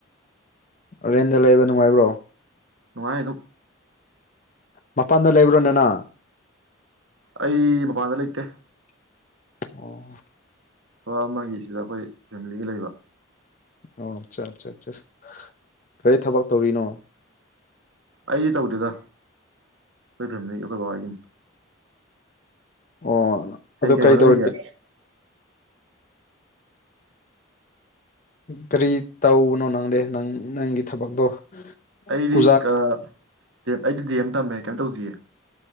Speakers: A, on the left (about 40°); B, on the right (about 70°).
A: ꯔꯦꯟꯗ ꯂꯩꯕ ꯅꯨꯡꯉꯥꯏꯕ꯭ꯔꯣ
B: ꯅꯨꯡꯉꯥꯏ ꯑꯗꯨꯝ
A: ꯃꯄꯥꯟꯗ ꯂꯩꯕ꯭ꯔꯣꯅꯦꯅ
B: ꯑꯩ ꯃꯄꯥꯟꯗ ꯂꯩꯇꯦ
A: ꯑꯣ
B: ꯊꯕꯛ ꯑꯃꯒꯤ ꯁꯤꯗ ꯑꯩꯈꯣꯏ ꯐꯦꯃꯤꯂꯤꯒ ꯂꯩꯕ
A: ꯑꯣ ꯑꯠꯆꯥ ꯑꯠꯆꯥ ꯑꯠ ꯀꯔꯤ ꯊꯕꯛ ꯇꯧꯔꯤꯅꯣ
B: ꯑꯩꯗꯤ ꯇꯧꯗꯦꯗ ꯑꯩꯈꯣꯏ ꯐꯦꯃꯤꯂꯤ ꯑꯩꯈꯣꯏ ꯕꯕꯥꯒꯤꯅꯤ
A: ꯑꯣ
B: ꯀꯩ
A: ꯑꯗꯨ
B: ꯀꯩ
A: ꯀꯔꯤ
B: ꯍꯅꯔꯒ
A: ꯇꯧꯔꯤꯒꯦ ꯀꯔꯤ ꯇꯧꯕꯅꯣ ꯅꯪꯗꯦ ꯅꯪ ꯅꯪꯒꯤ ꯊꯕꯛꯇꯣ
B: ꯑꯩꯗꯤ
A: ꯑꯣꯖꯥ
B: ꯑꯩꯗꯤ ꯗꯦꯝꯦꯝ ꯇꯝꯃꯦ ꯀꯩꯅꯝ ꯇꯧꯗꯌꯦ